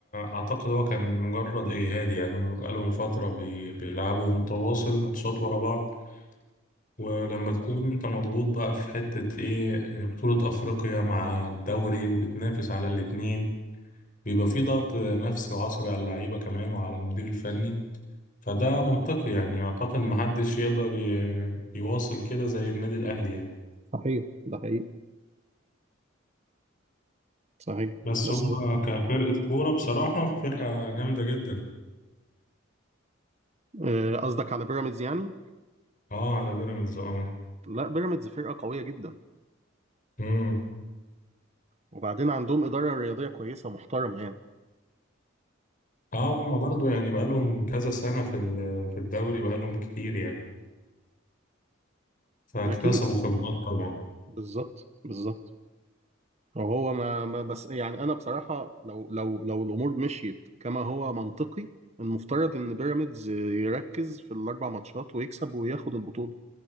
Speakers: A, on the left; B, on the right.
A: أعتقد هو كان مجرد إجهاد يعني هم بقالهم فترة بي- بيلعبوا متواصل ماتشات ورا بعض ولما تكون أنت مضغوط بقى في حتة إيه بطولة أفريقيا مع الدوري وبتنافس على الاتنين بيبقى في ضغط نفسي وعصبي على اللعيبة كمان وعلى المدير الفني فده منطقي يعني أعتقد محدش يقدر ي- يواصل كده زي النادي الأهلي يعني
B: صحيح ده حقيقي صحيح
A: بس
B: بس
A: هم كفرقة كورة بصراحة فرقة جامدة جدا
B: آه، قصدك على بيراميدز يعني؟
A: اه على بيراميدز اه
B: لا بيراميدز فرقة قوية جدا
A: مم.
B: وبعدين عندهم إدارة رياضية كويسة محترمة يعني
A: اه هما برضه يعني بقالهم كذا سنة في ال- في الدوري بقالهم كتير يعني فاكتسبوا
B: أكيد
A: خبرات طبعا
B: بالظبط بالظبط وهو ما, ما بس يعني أنا بصراحة لو لو لو الأمور مشيت كما هو منطقي المفترض إن بيراميدز يركز في الأربع ماتشات ويكسب وياخد البطولة